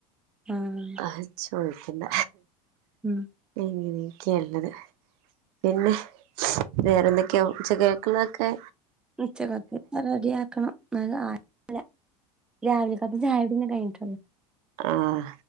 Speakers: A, in the centre; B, on the right.
A: ആഹ്
B: അഹ് ചോയ്ക്കണ്ട
A: ഉം
B: ഇങ്ങനെക്കെ ഇള്ളത് പിന്നെ വേറെന്തൊ ക്ക്യോ ഉച്ചകക്ക്ള്ളെക്കെ
A: ഉച്ചകക്ക് റെഡി ആക്കണം <unintelligible> രാവിലെക്കൊത്തെ ചായംടിന്നെ കഴിഞ്ഞിട്ടുള്ളൂ
B: ആഹ്